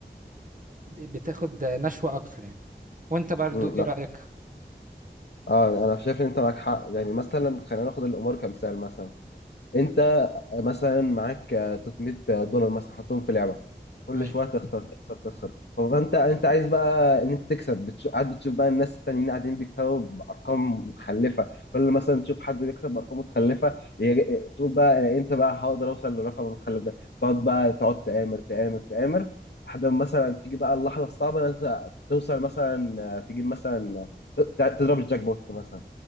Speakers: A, on the right; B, on the left.
A: بتاخد نشوة اكتر يعني وانت برضو
B: مم،
A: ايه
B: لا
A: رأيك؟
B: اه انا شايف ان انت معاك حق يعني مثلا خلينا ناخد الامور كمثال مثلا انت مثلا معاك آه، 300 دولار مثلا حطهم في لعبه كل
A: ايوه
B: شويه تخسر تخسر تخسر فانت انت عايز بقى ان انت تكسب بتش... قاعد بتشوف بقى الناس التانيين قاعدين بيكسبوا بارقام متخلفه كل مثلا تشوف حد بيكسب بارقام متخلفه يج... تقول بقى انت بقى هقدر اوصل للرقم المتخلف ده تقعد بقى تقعد تآمر تآمر تآمر لحد ما مثلا تيجي بقى اللحظه الصعبه ان انت توصل مثلا آه، تجيب مثلا آه، ت- تضرب الجاك بوت مثلا